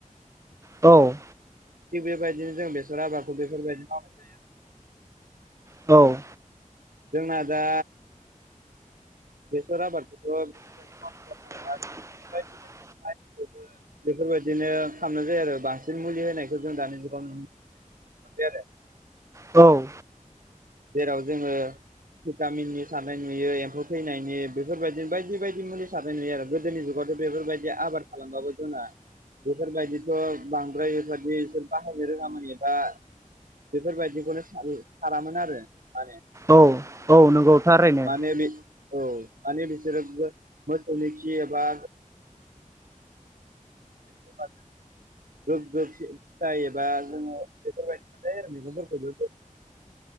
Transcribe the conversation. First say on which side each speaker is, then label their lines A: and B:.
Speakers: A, on the right (about 20°); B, on the right (about 80°).
A: औ
B: थिग बेबायदिनो जों बेसर आबादखौ बेफोरबायदि मावनाय जायो
A: औ
B: जोंना दा बेसर आबादखौथ'
A: <inaudible>
B: मावनाय जाबाय आरो बायदि <unintelligible> बेफोरबायदिनो खामनाय जायो आरो बांसिन मुलि होनायखौ जों दानि जुगाव नुनो मोनबाय आरो <inaudible>
A: औ
B: जेराव जोङो भिटामिननि सारनाय नुयो एम्फौ थैनायनि बेफोरबायदि बायदि बायदि मुलि सारनाय नुयो आरो गो जोंनि जुगावथ' बेफोरबायदि आबाद खालामबाबो जोङा बेफोरबायदिथ' बांद्राय बेबादिफोर बाहायनो रोङामोन एबा बेफोरबायदिखौनो सा सारामोन आरो माने
A: औ औ नंगौ थारैनो
B: माने बे औ माने बिसोरोबो मोसौनि खि एबा <inaudible> गोग्गो फिथाइ एबा जोङो बेफोरबायदि थायो आरो मैगंफोरखौबो